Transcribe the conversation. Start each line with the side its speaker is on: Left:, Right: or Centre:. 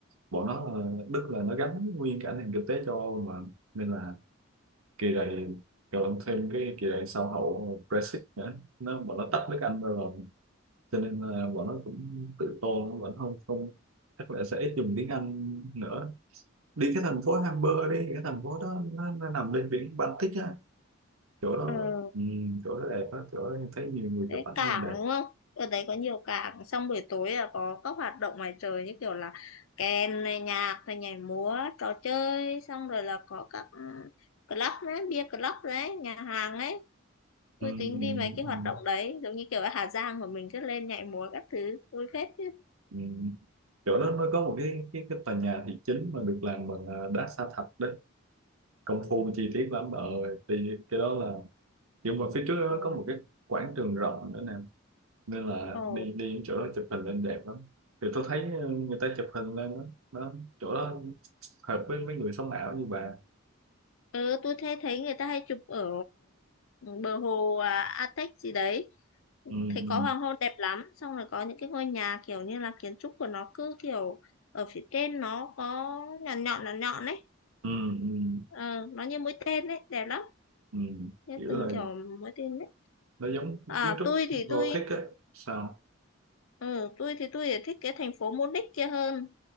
Right: bọn nó là Đức là nó gắn nguyên cả nền kinh tế châu Âu mà nên là kỳ này còn thêm cái kỳ này sau hậu Brexit nữa nó bọn nó tách nước Anh ra rồi cho nên là bọn nó cũng tự tôn bọn nó không không chắc là sẽ ít dùng tiếng Anh nữa đi cái thành phố Hamburg đi cái thành phố đó nó, nó nằm bên biển Baltic á chỗ đó
Left: ừ.
Right: ừ, chỗ đó đẹp á chỗ đó em thấy nhiều người
Left: đấy,
Right: chụp ảnh
Left: cảng
Right: lên đẹp
Left: đúng không ở đấy có nhiều cảng xong buổi tối là có các hoạt động ngoài trời như kiểu là kèn này nhạc này nhảy múa trò chơi xong rồi là có các ừ, club đấy bia club đấy nhà hàng ấy
Right: ừ,
Left: tôi
Right: ừ,
Left: tính đi mấy cái hoạt
Right: ừ.
Left: động đấy giống như kiểu ở Hà Giang của mình cứ lên nhảy múa các thứ vui phết chứ
Right: Ừ. chỗ đó nó có một cái cái cái tòa nhà thị chính mà được làm bằng ờ, đá sa thạch đấy công phu chi tiết lắm ở thì cái đó là nhưng mà phía trước
Left: Ừ.
Right: đó nó có một cái quảng trường rộng nữa nè nên là
Left: ồ
Right: đi đi đến chỗ đó chụp hình lên đẹp lắm thì tôi thấy ờ, người ta chụp hình lên đó, đó chỗ đó hợp với mấy người sống ảo như bà
Left: ừ, tôi thấy thấy người ta hay chụp ở bờ hồ à, Atec gì đấy
Right: ừ,
Left: thấy
Right: ừ,
Left: có hoàng hôn đẹp lắm xong rồi có những cái ngôi nhà kiểu như là kiến trúc của nó cứ kiểu ở phía trên nó có nhọn nhọn nhọn nhọn ấy
Right: ừ, ừ,
Left: ờ, nó như mũi tên ấy đẹp lắm
Right: ừ.
Left: như
Right: kiểu
Left: từng
Right: là
Left: kiểu mũi tên ấy
Right: nó giống kiến
Left: à
Right: trúc
Left: tôi
Right: Gothic
Left: thì tôi
Right: á sao
Left: ừ, tôi thì tôi thì thích cái thành phố Munich kia hơn